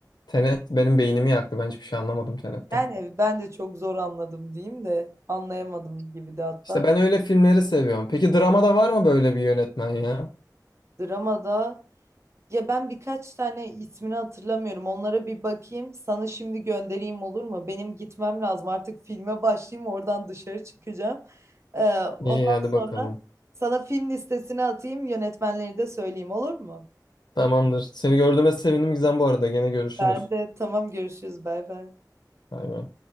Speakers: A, on the left; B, on the right.
A: Tenet benim beynimi yaktı. Ben hiçbir şey anlamadım Tenet'ten.
B: Yani ben de çok zor anladım diyeyim de anlayamadım gibi de hatta.
A: İşte ben öyle filmleri seviyorum. Peki dramada var mı böyle bir yönetmen ya?
B: Dramada Ya ben birkaç tane ismini hatırlamıyorum. Onlara bir bakayım. Sana şimdi göndereyim olur mu? Benim gitmem lazım. Artık filme başlayayım. Oradan dışarı çıkacağım. Ee, ondan
A: İyi hadi bakalım.
B: sonra sana film listesini atayım. Yönetmenleri de söyleyeyim olur mu?
A: Tamamdır. Seni gördüğüme sevindim Gizem bu arada. Gene görüşürüz.
B: Ben de tamam görüşürüz. Bay bay.
A: Bay bay.